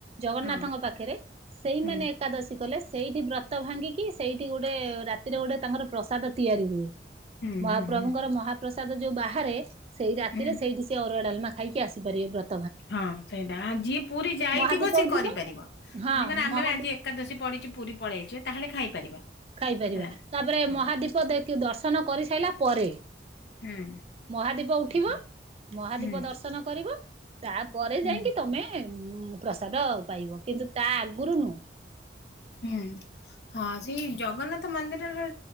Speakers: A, on the right; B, on the left.
A: ଜଗନ୍ନାଥଙ୍କ
B: ହଁ
A: ପାଖେରେ ସେଇମାନେ
B: ହୁଁ।
A: ଏକାଦଶୀ କଲେ ସେଇଠି ବ୍ରତ ଭାଙ୍ଗିକି ସେଇଠି ଗୋଟେ ରାତିରେ ଗୋଟେ ତାଙ୍କର ପ୍ରସାଦ ତିଆରି ହୁଏ।
B: ହୁଁ
A: ମହାପ୍ରଭୁଙ୍କର
B: ହୁଁ ହୁଁ
A: ମହାପ୍ରସାଦ ଯୋଉ ବାହାରେ ସେଇ ରାତିରେ
B: ହୁଁ
A: ସେଇଠି ସିଏ ଅରୁଆ ଡାଲମା ଖାଇକି ଆସିପାରିବେ ବ୍ର
B: ହଁ ସେଇଟା ଆ ଯିଏ ପୁରୀ ଯାଇଥିବ
A: ମହାଦୀପ
B: ସିଏ
A: ଉଠିବ
B: କରିପାରିବ ମାନେ
A: ହଁ
B: କଁ ନା ଆମେ
A: ମହାଦୀ
B: ଆଜି ଏକାଦଷୀ ପଡିଚି ପୁରୀ ପଳେଇଚେ ତାହେଲେ ଖାଇପାରିବା।
A: ଖାଇପାରିବା
B: ହେଲା।
A: ତାପେରେ
B: ହଁ
A: ମହାଦୀପ ଦେକ୍ ଦର୍ଶନ କରି ସାଇଲା ପରେ।
B: ହୁଁ
A: ମହାଦୀପ ଉଠିବ
B: ଆଜ୍ଞା
A: ମହାଦୀପ
B: ହୁଁ
A: ଦର୍ଶ ଦର୍ଶନ କରିବ ତାପରେ
B: ହୁଁ
A: ଯାଇଁକି ତମେ ଉଁ ପ୍ରସାଦ ପାଇବ। କିନ୍ତୁ ତା ଆଗୁରୁ ନୁହଁ।
B: ହୁଁଉଁ। ହଁ ସେଇ ଜଗନ୍ନାଥ ମନ୍ଦିରରର